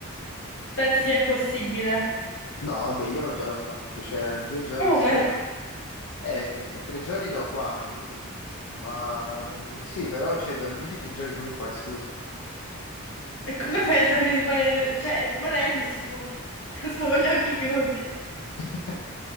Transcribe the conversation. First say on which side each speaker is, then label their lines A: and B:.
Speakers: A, on the left; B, on the left.
A: Penso sia impossibile.
B: No, vabbè, io l'ho già l'ho fatto, cioè due giorni
A: Come?
B: sì, però... Eh, no, tre giorni no, quasi, ma mm, sì, però, cioè, dormire tre giorni come fai, scusa?
A: E come penso a rimanere... Cioè, volendo si può. <laughs> Solo con gli occhi chiusi.
B: <laughs>